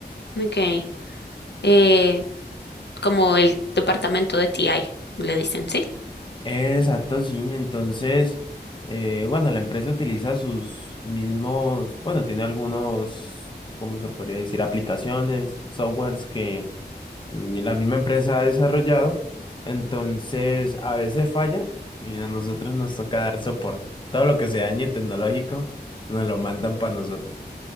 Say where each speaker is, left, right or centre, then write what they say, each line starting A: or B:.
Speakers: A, on the left; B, on the left.
A: Ok, eh, como el departamento de TI, le dicen, ¿sí?
B: Exacto, sí. Entonces, eh, bueno, la empresa utiliza sus mismos, bueno, tiene algunos, ¿cómo se podría decir? Aplicaciones, softwares que mm, la misma empresa ha desarrollado. Entonces, a veces fallan y a nosotros nos toca dar soporte. Todo lo que se dañe tecnológico nos lo mandan para nosotros.